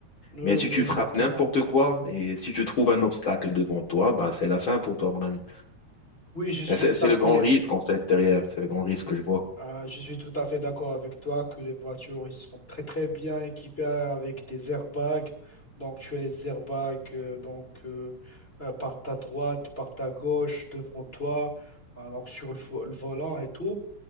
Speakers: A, on the left; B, on the left.
A: Oui,
B: Mais
A: oui,
B: si tu
A: exactement.
B: frappes n'importe quoi et si tu trouves un obstacle devant toi, bah, c'est la fin pour toi, mon ami.
A: Oui, je suis
B: Et C'est c'est
A: tout à
B: le
A: fait,
B: grand risque, en fait, derrière. C'est le grand risque que je vois.
A: euh, je suis tout à fait d'accord avec toi que les voitures, ils sont très très bien équipées avec des airbags. Donc tu as les airbags euh, donc euh, euh, par ta droite, par ta gauche, devant toi, euh, donc sur le, vo- le volant et tout.